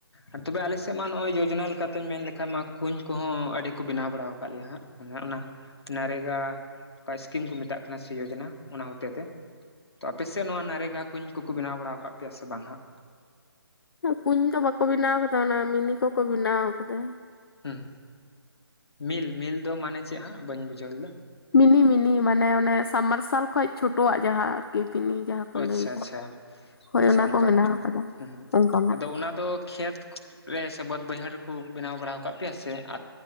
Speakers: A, on the left; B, on the left.
A: ᱟᱨ ᱛᱚᱵᱮ ᱟᱞᱮ ᱥᱮᱜ ᱢᱟ ᱱᱚᱜᱼᱚᱭ ᱭᱳᱡᱚᱱᱟ ᱞᱮᱠᱟᱛᱮᱧ ᱢᱮᱱ ᱞᱮᱠᱷᱟᱡ ᱢᱟ ᱠᱩᱧ ᱠᱚᱦᱚᱸ ᱟᱹᱰᱤ ᱠᱚ ᱵᱮᱱᱟᱣ ᱵᱟᱲᱟ ᱣᱟᱠᱟᱫ ᱞᱮᱭᱟ ᱦᱟᱸᱜ ᱚᱱᱮ ᱚᱱᱟ ᱱᱟᱨᱮᱜᱟ ᱚᱠᱟ ᱥᱠᱤᱢ ᱠᱚ ᱢᱮᱛᱟᱜ ᱠᱟᱱᱟ ᱥᱮ ᱭᱳᱡᱚᱱᱟ ᱚᱱᱟ ᱦᱚᱛᱮᱛᱮ ᱛᱚ ᱟᱯᱮᱥᱮᱫ ᱱᱚᱣᱟ ᱱᱟᱨᱮᱜᱟ ᱠᱩᱧ ᱠᱩᱠᱩ ᱵᱮᱱᱟᱣ ᱵᱟᱲᱟ ᱟᱠᱟᱫ ᱯᱮᱭᱟ ᱥᱮ ᱵᱟᱝ ᱦᱟᱸᱜ
B: ᱠᱩᱧ ᱫᱚ ᱵᱟᱠᱚ ᱵᱮᱱᱟᱣ ᱠᱟᱫᱟ ᱚᱱᱟ ᱢᱤᱱᱤ ᱠᱚᱠᱚ ᱵᱮᱱᱟᱣ ᱠᱟᱫᱟ
A: ᱦᱮᱸ ᱢᱤᱞ ᱢᱤᱞ ᱫᱚ ᱢᱟᱱᱮ ᱪᱮᱜ ᱦᱟᱸᱜ ᱵᱟᱹᱧ ᱵᱩᱡᱷᱟᱹᱣ ᱞᱮᱫᱟ
B: ᱢᱤᱱᱤ ᱢᱤᱱᱤ ᱢᱟᱱᱮ ᱚᱱᱮ ᱥᱟᱵᱢᱟᱨᱥᱟᱞ ᱠᱷᱚᱡ ᱪᱷᱳᱴᱚᱣᱟᱜ ᱡᱟᱦᱟᱸ ᱟᱨᱠᱤ ᱢᱤᱱᱤ ᱡᱟᱦᱟᱸ ᱠᱚ
A: ᱟᱪᱷᱟ
B: ᱞᱟᱹᱭᱫᱟ
A: ᱟᱪᱷᱟ
B: ᱦᱳᱭ
A: ᱪᱷᱟ
B: ᱚᱱᱟ
A: ᱚᱝᱠᱟᱱ
B: ᱠᱚ ᱵᱮᱱᱟᱣ ᱟᱠᱟᱫᱟ
A: ᱦᱮᱸ ᱦᱮᱸ
B: ᱚᱱᱠᱟᱱᱟᱜ
A: ᱟᱫᱚ ᱚᱱᱟ ᱫᱚ ᱠᱷᱮᱛ ᱨᱮ ᱥᱮ ᱵᱟᱹᱫᱽ ᱵᱟᱹᱭᱦᱟᱹᱲ ᱨᱮᱠᱚ ᱵᱮᱱᱟᱣ ᱵᱟᱲᱟᱣ ᱠᱟᱜ ᱯᱮᱭᱟ ᱥᱮ ᱟᱸᱜ